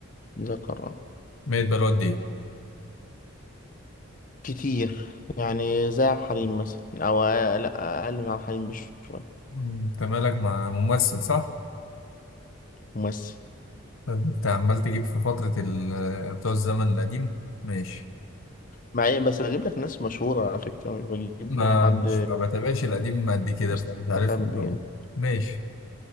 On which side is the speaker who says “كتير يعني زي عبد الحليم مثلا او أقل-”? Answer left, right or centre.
Left